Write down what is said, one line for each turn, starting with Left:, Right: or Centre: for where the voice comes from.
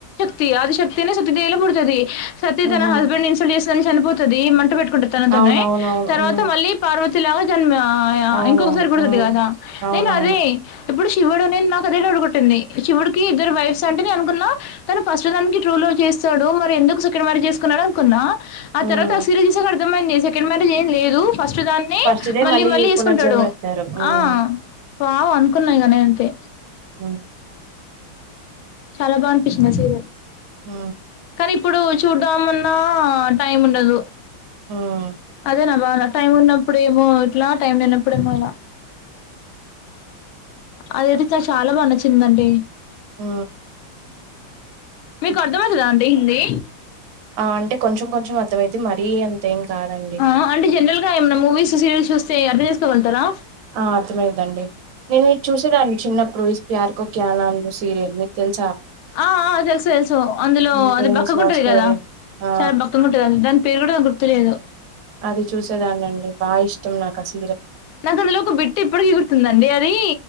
Left: తి అది శక్తినే సతీ దేవి ల పుడుతది సతి
Right: ఉహూ
Left: తన హస్బెండ్ ని ఇన్సల్ట్ చేస్తుందని చనిపోతది మంట పెట్ట కొ తనతున్నాయి
Right: అవునవునవును
Left: తర్వాత
Right: హ్మ్
Left: మళ్ళీ పార్వతిలాగా జన్మ ఆయా
Right: అవునవును
Left: ఇంకొకసారి బుడుతది
Right: హ్మ్
Left: గాదా
Right: అవునవును
Left: నేను అదే ఇప్పుడు శివుడు నిన్నాకదే డౌట్ గొట్టింది శివుడుకి ఇద్దరు వైఫ్స్ అంటే నేన్ అనుకున్నా తను ఫస్ట్ దానికి ట్రూ లవ్ చేస్తాడు మరి ఎందుకు సెకండ్ మ్యారెజ్ జేసుకున్నాడో అనుకున్నా ఆ
Right: హ్మ్
Left: తర్వాత ఆ సీరియల్ చూశాక అర్థమైంది సెకండ్ మ్యారేజ్ ఏం లేదు ఫస్ట్ దాన్ని
Right: ఫస్ట్‌దే
Left: మళ్ళీ మళ్ళీ ఏసుకుంటాడు
Right: పునర్జన్మ ఎత్తారు. హ్మ్.
Left: ఆ వావ్ అనుకున్నా ఇగ నేనైతే
Right: అ
Left: చాలా బా అనిపిచ్చింది ఆ సీరియల్
Right: ఊ
Left: ఇప్పుడూ చూద్దామన్నా టైమ్ ఉండదు
Right: హ్మ్
Left: అదే నా బాధ టైం ఉన్నప్పుడేమో ఇట్లా టైం లేనప్పుడేమో ఇలా అదైతే చా చాలా బాగా నచ్చిందండి
Right: ఊ
Left: మీకు అర్ధమైతదా అండి హిందీ
Right: ఆ అంటే కొంచెం కొంచెం అర్థమైద్ది మరీ అంతేం కాదండి.
Left: ఆ అంటే జనరల్ గా ఏమైనా మూవీస్ సీరియల్స్ చూస్తే అర్థం చేసుకోగలుతారా
Right: ఆ అర్థమైందండి నేన్ ఇ చూసేదాన్ని చిన్నప్పుడు ప్యార్కో క్యా లాంగు సిరియల్ మీక్ తెల్
Left: ఆ ఆ తెలుసు తెలుసు అందులో
Right: హ్మ్. ఫేమస్
Left: అది బక్కగుంటది
Right: లవ్ స్టోరీ.
Left: గదా
Right: ఆ!
Left: సరె బక్కగ ఉంటదది దాన్ పేరు గూడా గుర్తులేదు
Right: అది చూసేదాన్నండి బాగ ఇష్టం నాకస్
Left: నాకు అందులో ఒక బిట్టు ఇప్పటికి గుర్తుంది అదీ